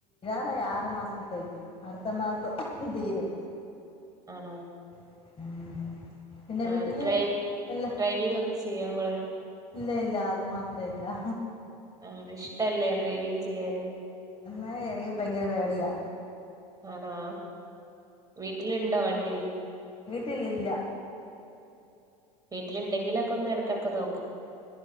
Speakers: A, on the left; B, on the right.
A: ഹേയ് ആറു മാസത്തേക്ക് അട്ത്ത മാസം തീരും.
B: ആണോ.
A: ഉം പിന്നെ
B: ആഹ്
A: വീട്ടില്
B: ഡ്രൈവിങ്
A: ഇല്ല
B: ഡ്രൈവിംഗക്കെ ചെയ്യോങ്ങള്?
A: ഇല്ല ഇല്ലാ അത് മാത്രയില്ലാ
B: <unintelligible> ഇഷ്ടല്ലേ ഡ്രൈവിംഗ് ചെയ്യാന്
A: അന്നേരം എനിക്ക് ഭയങ്കര പേടിയാ
B: ആണോ വീട്ടില്ണ്ടോ വണ്ടി
A: വീട്ട്ലില്ലാ
B: വീട്ടില്ണ്ടെങ്കിലൊക്കൊന്ന് എട്ക്കടക്ക് നോ